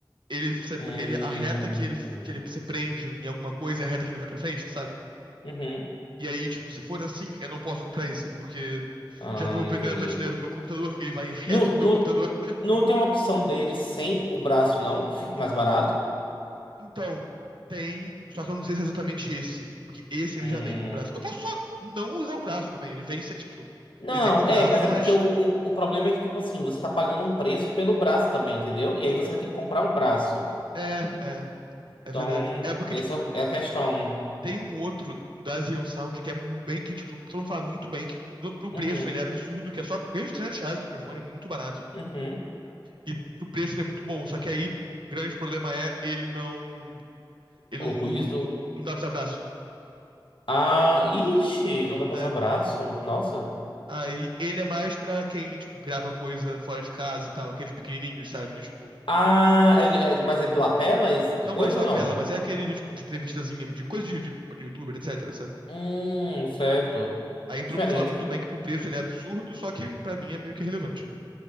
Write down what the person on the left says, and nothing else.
Hum...
Uhum.
Ah,
entendi.
No,
no,
não tem uma opção dele sem o braço, não? Que fique mais barato?
Hum.
Não,
é, mas é
porque o, o, o problema é que, tipo assim, você tá pagando um preço pelo braço também, entendeu? E aí você vai ter que comprar um braço.
Então,
essa
é o- é a questão.
Uhum,
uhum.
O
ruído.
Ah, ixi, não dá pra
usar braço. Nossa.
Ah, é- é- mas é de lapela, esse tipo de
coisa
ou não?
Hum, certo.
Diferente.